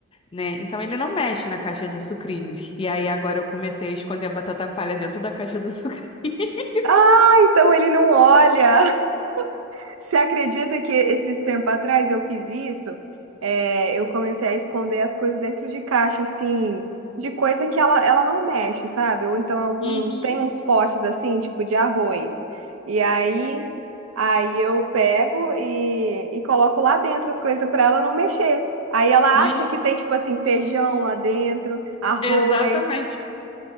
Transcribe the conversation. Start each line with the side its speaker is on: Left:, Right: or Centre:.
Left: né? Então ele não mexe na caixa dos sucrilhos. E aí agora eu comecei a esconder a batata palha dentro da caixa do sucrilho. <laughs>
Right: Ah, então ele não olha. Você acredita que esses tempos atrás eu fiz isso? É, eu comecei a esconder as coisas dentro de caixa, assim, de coisa que ela, ela não mexe, sabe? Ou então algum,
Left: Uhum.
Right: tem uns potes assim, tipo de arroz. E aí, aí eu pego e, e coloco lá dentro as coisas para ela não mexer. Aí ela
Left: Hum,
Right: acha que tem, tipo assim, feijão lá dentro, arroz.
Left: exatamente,